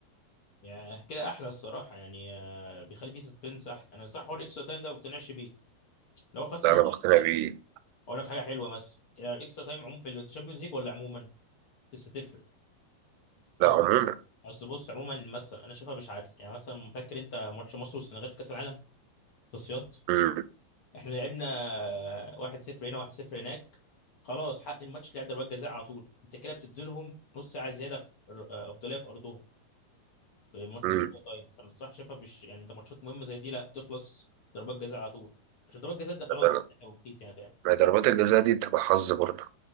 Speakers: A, on the left (about 45°); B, on the right (about 85°).
A: يعني كده احلى الصراحه يعني آه، بيخلي فيه سسبنس احلى انا صح حوار الاكسترا تايم ده ما بقتنعش بيه لو خلاص
B: لا
A: الماتش
B: أنا مقتنع
A: بالنسبة لي،
B: بيه
A: اقول لك حاجه حلوه مثلا يعني الاكسترا تايم عموما في الشامبيونز ليج ولا عموما لسه تفرق
B: لا
A: اصل
B: عموما
A: اصل بص عموما مثلا انا شايفها مش عادل يعني مثلا فاكر انت ماتش مصر والسنغال في كاس العالم تصفيات
B: مم.
A: احنا لعبنا آه، 1-0 هنا 1-0 هناك خلاص حق الماتش لعب ضربات جزاء على طول انت كده بتدي لهم نص ساعه زياده في آه، افضليه في ارضهم الماتش
B: مم.
A: بالاكسترا تايم انا الصراحه شايفها مش يعني انت ماتشات مهمه زي دي لا تخلص ضربات جزاء على طول عشان ضربات جزاء ده خلاص
B: ده-
A: بتاع توقيت يعني فاهم
B: ما هي ضربات الجزاء دي بتبقى حظ برضه